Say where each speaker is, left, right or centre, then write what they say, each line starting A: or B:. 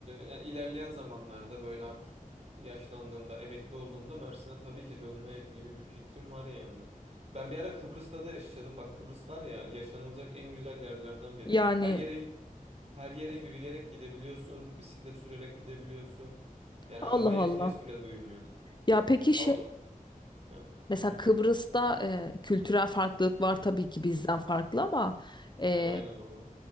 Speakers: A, on the right (about 45°); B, on the left (about 30°).
A: yani ilerleyen zamanlarda böyle artık yaşlandığımda, emekli olduğumda Mersin'e tabii ki dönme gibi bir fikrim var yani. Ben bir ara Kıbrıs'ta da yaşadım. Bak Kıbrıs var ya yaşanılacak en güzel yerlerden biri.
B: Yani
A: Her yere her yere yürüyerek gidebiliyorsun, bisiklet sürerek gidebiliyorsun. Yani
B: Allah
A: arabaya
B: Allah.
A: ihtiyaç bile duymuyorsun.
B: Ya peki
A: Avut.
B: şey
A: Ha,
B: mesela
A: dinliyorum.
B: Kıbrıs'ta e, kültürel farklılık var tabii ki bizden farklı ama e,
A: Ya aynen o var.